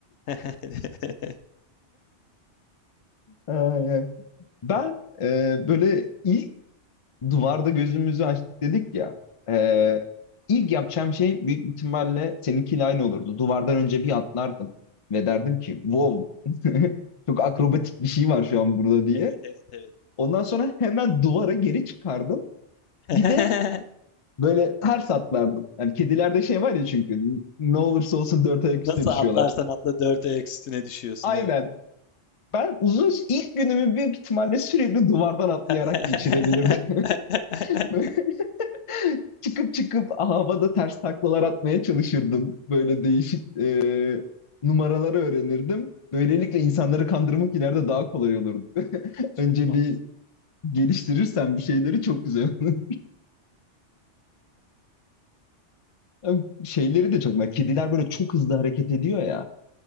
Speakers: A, on the left (about 70°); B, on the left (about 35°).
A: <laughs>
B: Ay, ay. Ben e, böyle ilk duvarda gözümüzü açtık dedik ya. E, ilk yapacağım şey büyük ihtimalle seninkiyle aynı olurdu. Duvardan önce bir atlardım ve derdim ki wow <laughs> çok akrobatik bir şey var şu an burada diye.
A: Evet evet evet.
B: Ondan sonra hemen duvara geri çıkardım.
A: <laughs>
B: Bir de böyle ters atlardım. Yani kedilerde şey var ya çünkü ne olursa olsun dört ayak
A: Nasıl
B: üstüne düşüyorlar.
A: atlarsan atla dört ayak üstüne düşüyorsun
B: Aynen.
A: evet.
B: Ben uzun ilk günümü büyük ihtimalle sürekli duvardan atlayarak
A: <laughs>
B: geçirebilirdim. <laughs> çıkıp çıkıp havada ters taklalar atmaya çalışırdım. Böyle değişik e, numaraları öğrenirdim. Böylelikle insanları kandırmak ileride daha kolay olurdu. <laughs>
A: Çok
B: Önce
A: mantıklı.
B: bir geliştirirsen bir şeyleri çok güzel olur. <laughs> Şeyleri de çok. Kediler böyle çok hızlı hareket ediyor ya.